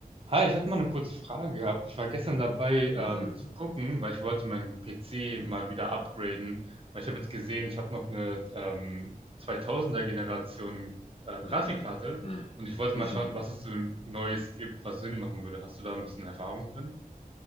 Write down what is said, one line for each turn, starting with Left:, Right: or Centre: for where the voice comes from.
Right: Hi, ich hätte mal eine kurze Frage gehabt. Ich war gestern dabei, ähm,
Left: Mhm.
Right: zu gucken, weil ich wollte meinen PC mal wieder upgraden. Weil ich habe jetzt gesehen, ich habe noch eine ähm, 2000er Generation äh,
Left: Mhm.
Right: Grafikkarte
Left: Mhm.
Right: und ich wollte
Left: Mhm.
Right: mal schauen,
Left: Mhm.
Right: was es so Neues gibt, was Sinn machen würde. Hast du da ein bisschen Erfahrung drin?